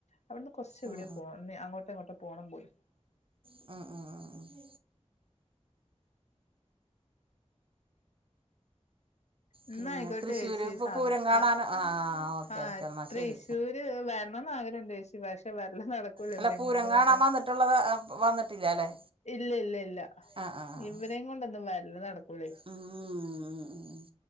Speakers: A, on the left (about 70°); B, on the right (about 50°).
A: അവിടുന്ന് കുറച്ച് എവിടെ
B: ഉം
A: പോ അങ്ങോട്ടോ ഇങ്ങോട്ടോ പോണം പോലും.
B: ആഹ് ആഹ് ആഹ്
A: എന്ന
B: പിന്നെ
A: ആയിക്കോട്ടെ
B: തൃശ്ശൂർ
A: ചേച്ചി
B: ഇപ്പോൾ
A: സമയം
B: പൂരം കാണാൻ
A: ആഹ്
B: ആ ഓക്കെ
A: ആഹ്
B: ഓക്കെ എന്നാൽ
A: തൃശൂർ
B: ശരി
A: വരണംന്ന് ആഗ്രഹംണ്ട് ചേച്ചി പക്ഷെ വരല് നട നടക്കുല
B: അല്ല
A: ഇവങ്ങോണ്ടൊന്നുംഇല്ല
B: പൂരം കാണാൻ വന്നിട്ടുള്ളത് ആ, വന്നിട്ടില്ല അല്ലേ
A: ഇല്ല ഇല്ല
B: ആ ആ ആ
A: ഇവ ഇവരെ കൊണ്ടൊന്നും വല്ല നടക്കൂല.
B: ഉം ഉം ഉം